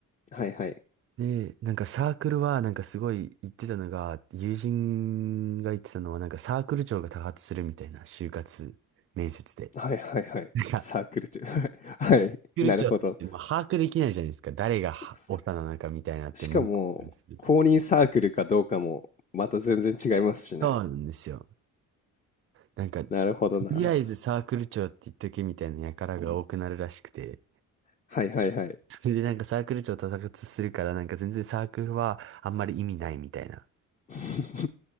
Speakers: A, on the left (about 25°); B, on the right (about 40°).
A: はいはい。
B: で、なんかサークルは、なんかすごい言ってたのが、友人が言ってたのは、なんかサークル長が多発するみたいな、就活面接で。
A: はいはいはい。
B: なんか、
A: サークル中。
B: サ
A: <laughs> はい。はいなるほど。
B: ークル長って、まあ、把握できないじゃないですか。誰がはオファーなのかみたいなって、
A: そしかも、
B: 向こうからすると
A: 公認サークルかどうかも、また全然違いますしね。
B: そうなんですよ。なんか、と
A: なるほどな。
B: りあえずサークル長って言っとけみたいな輩が多くなるらしくて、
A: はいはいはい。
B: それでなんかサークル長多発するから、なんか全然サークルはあんまり意味ないみたいな。
A: <laughs>